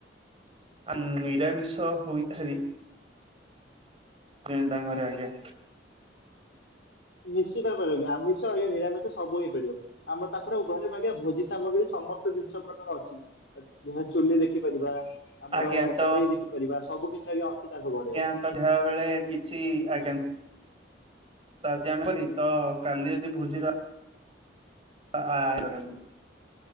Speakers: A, on the right; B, on the left.
A: ଆନ୍ ନିରାମିଷ ହୋଇଥାରି। ତିନ୍ ତାଙ୍କ ଘରେ ଆଜ୍ଞା।
B: ନିଶ୍ଚିତ ହୋଇପାରିବ ଆମିଷ ଆଜ୍ଞା ନିରାମିଷ ସବୁ ହେଇପାରିବ। ଆମେ ତାକୁ ଘରେ ମାଗିଆ ଭୋଜି ସାମଗ୍ରୀ ସମସ୍ତ ଜିନିଷ ପ୍ରକାର ଅଛି। ଯାହା ଚୁଲିରେ ଦେଖିପାରିବା ଆମର
A: ଆଜ୍ଞା ତ
B: କଡେଇ ଦେଖିପାରିବା ସବୁ କିଛି ଏଇ ଅଛି। ତାଙ୍କ ଘରେ
A: ୟ୍ୟାଙ୍କ
B: ଆଜ୍ଞା ହଁ
A: ଦେହ ବେଳେ କିଛି
B: ଆଜ୍ଞା
A: ଆଜ୍ଞାତ୍ ଆଜି ଆମର ରିତ କାଲି ଯଦି ଭୋଜିର <unintelligible>